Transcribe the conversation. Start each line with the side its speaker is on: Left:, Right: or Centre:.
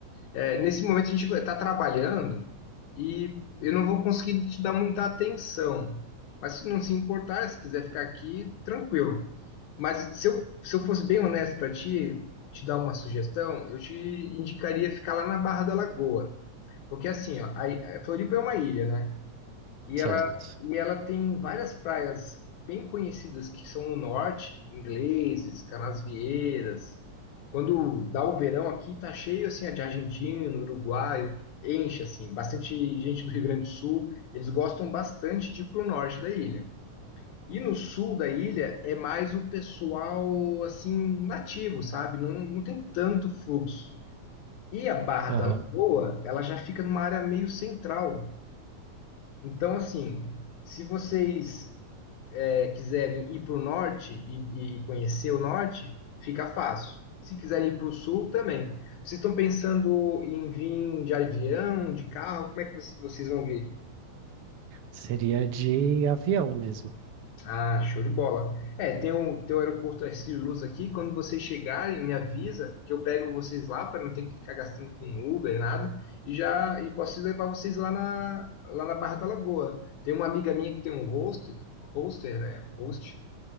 Left: É, nesse momento a gente vai estar trabalhando e eu não vou conseguir te dar muita atenção. Mas se não se importar, se quiser ficar aqui, tranquilo. Mas se eu, se eu fosse bem honesto para ti, te dar uma sugestão, eu te indicaria ficar lá na Barra da Lagoa. Porque assim, ó, a, I- a Floripa é uma ilha, né? E
Right: Certo.
Left: ela, e ela tem várias praias bem conhecidas que são no norte, ingleses, canasvieiras. Quando dá o verão aqui, tá cheio assim de argentino, uruguaio, enche assim, bastante gente do Rio Grande do Sul. Eles gostam bastante de ir pro norte da ilha. E no sul da ilha é mais o pessoal assim nativo, sabe? Não, não tem tanto fluxo. E a Barra
Right: Aham.
Left: da Lagoa, ela já fica numa área meio central. Então, assim, se vocês é, quiserem ir para o norte e, e conhecer o norte, fica fácil. Se quiserem ir para o sul, também. Vocês estão pensando em vir de avião, de carro? Como é que vocês vocês vão vir?
Right: Seria de avião mesmo.
Left: Ah, show de bola. É, tem o, tem o aeroporto Arcílio Luz aqui. Quando vocês chegarem, me avisa que eu pego vocês lá para não ter que ficar gastando com Uber, nada. E já e posso levar vocês lá na, lá na Barra da Lagoa. Tem uma amiga minha que tem um hostel, hostel, né? Host,